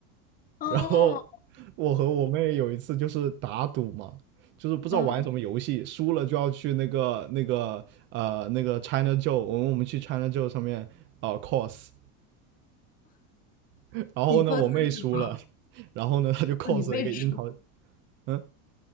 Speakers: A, on the left; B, on the right.
A: 哦，
B: 然后我和我妹有一次就是打赌嘛，就是不知道玩什么游戏，
A: 嗯，
B: 输了就要去那个那个呃那个 China Joe，我们我们去 China Joe 上面呃 cos，然后呢我妹输了，
A: 你 c o 的是什么？
B: 然后呢她就 cos
A: 哦，你妹出。
B: 了一个樱桃，嗯，